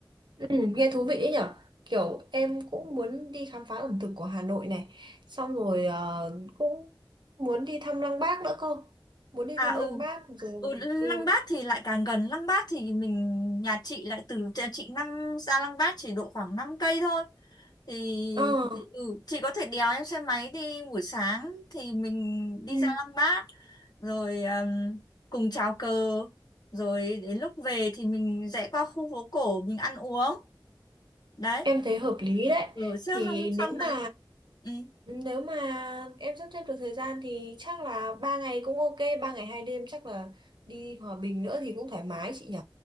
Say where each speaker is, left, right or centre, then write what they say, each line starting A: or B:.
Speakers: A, on the right; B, on the left.
A: Ừ, nghe thú vị ấy nhở kiểu em cũng muốn đi khám phá ẩm thực của Hà Nội này xong rồi ờ, cũng muốn đi thăm Lăng Bác nữa cơ muốn đi
B: À
A: thăm
B: ừ.
A: Lăng Bác rồi
B: Ừ, Lăng
A: ừ
B: Bác thì lại càng gần Lăng Bác thì mình nhà chị lại từ nhà chị năm ra Lăng Bác chỉ độ khoảng 5 cây thôi thì
A: Ờ,
B: ừ, chị có thể đèo em xe máy đi buổi sáng thì mình
A: ừ.
B: đi ra Lăng Bác rồi ừm, cùng chào cờ rồi đến lúc về thì mình rẽ qua khu phố cổ mình ăn uống đấy
A: em thấy hợp lý đấy
B: rồi trước
A: thì
B: xong xong
A: nếu mà
B: đấy ừ.
A: Nếu mà em sắp xếp được thời gian thì chắc là ba ngày cũng ok, ba ngày hai đêm chắc là đi Hòa Bình nữa thì cũng thoải mái chị nhỉ.